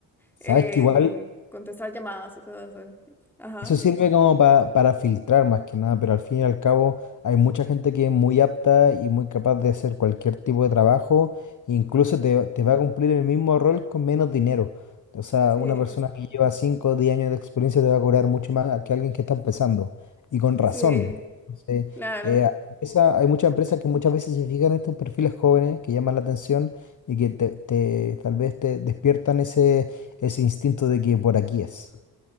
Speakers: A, on the left; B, in the centre.
A: Sabes
B: en
A: que igual
B: contestar llamadas o cosas así. Ajá,
A: Eso sirve como pa- para filtrar más que nada, pero al fin y al cabo hay mucha gente que es muy apta y muy capaz de hacer cualquier tipo de trabajo, e incluso te, te va a cumplir el mismo rol con menos dinero. O sea,
B: sí,
A: una persona que lleva 5 o 10 años de experiencia te va a cobrar mucho más que alguien que está empezando, y con razón.
B: sí,
A: Entonces,
B: claro.
A: eh, esa- hay muchas empresas que muchas veces se fijan en estos perfiles jóvenes que llaman la atención y que te, te- tal vez te despiertan ese, ese instinto de que por aquí es.